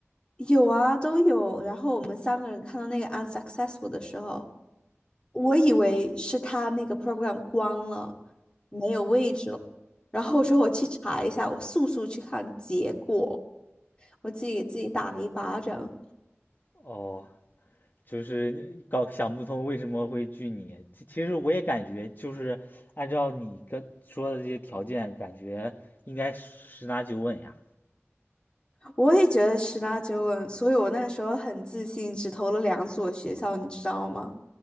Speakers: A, on the left; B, on the left.
A: 有啊都有。然后我们三个人看到那个 unsuccessful 的时候，我以为是他那个 program 关了，没有位置了。然后我说我去查一下，我速速去看结果，我自己给自己打了一巴掌。
B: 哦，就是搞想不通为什么会拒你。其其实我也感觉，就是按照你跟说的这些条件，感觉应该十拿九稳呀。
A: 我也觉得十拿九稳，所以我那时候很自信，只投了两所学校，你知道吗？